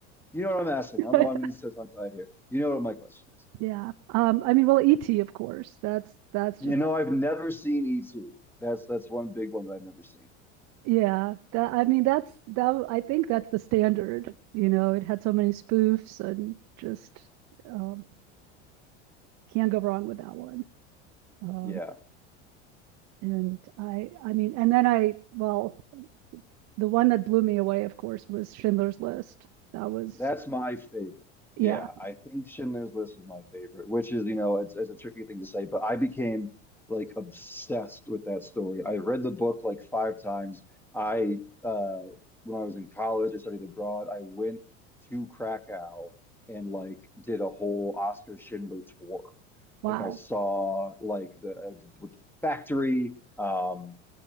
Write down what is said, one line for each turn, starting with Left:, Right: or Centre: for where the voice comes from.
Centre: you know what I'm asking?
Right: <laughs>
Centre: I don't know I'm getting so tongue-tied here. You know what my question is.
Right: yeah. Um, I mean, well, E.T. of course. That's that's
Centre: You
Right: just
Centre: know, I've never seen E.T. That's that's one big one that I've never seen.
Right: Yeah, that I mean that's that w- I think that's the standard. You know, it had so many spoofs and just um, can't go wrong with that one. Um,
Centre: Yeah.
Right: and I I mean and then I well, the one that blew me away of course was Schindler's List. That was
Centre: That's my favorite.
Right: yeah,
Centre: Yeah, I think Schindler's List is my favorite, which is, you know, it's, it's a tricky thing to say, but I became like obsessed with that story. I read the book like five times. I, uh, when I was in college, I studied abroad. I went to Krakow and like did a whole Oscar Schindler tour.
Right: wow.
Centre: Like I saw like the, uh, the factory, um,